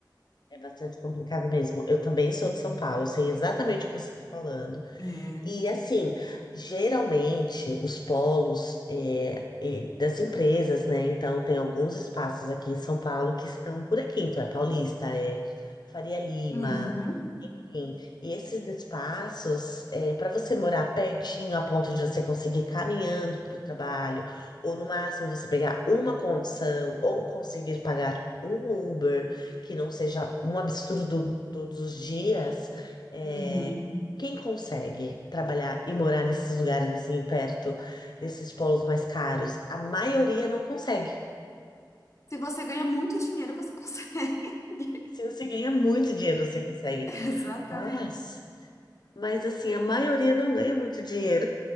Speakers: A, on the left; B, on the left.
A: É bastante complicado mesmo. Eu também sou de São Paulo, eu sei exatamente o que você está falando.
B: É.
A: E assim, geralmente os polos é, é, das empresas, né? Então tem alguns espaços aqui em São Paulo que estão por aqui. Então é Paulista, é Faria Lima,
B: Uhum,
A: Enfim, e esses espaços, para você morar pertinho a ponto de você conseguir ir caminhando para o trabalho, ou no máximo você pegar uma condição, ou conseguir pagar um Uber, que não seja um absurdo todos os dias, é,
B: uhum.
A: quem consegue trabalhar e morar nesses lugares assim, perto desses polos mais caros? A maioria não consegue.
B: Se você ganha muito dinheiro, você consegue. <laughs>
A: Se você ganha muito dinheiro, você consegue.
B: Exatamente.
A: Mas, mas assim, a maioria não ganha muito dinheiro.